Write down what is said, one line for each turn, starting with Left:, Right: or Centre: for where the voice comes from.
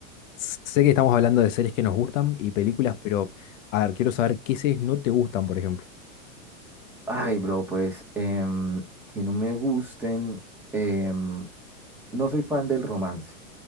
Left: S- Sé que estamos hablando de series que nos gustan y películas, pero a ver, quiero saber qué series no te gustan, por ejemplo.
Centre: Ay, bro, pues em, que no me gusten, em, no soy fan del romance.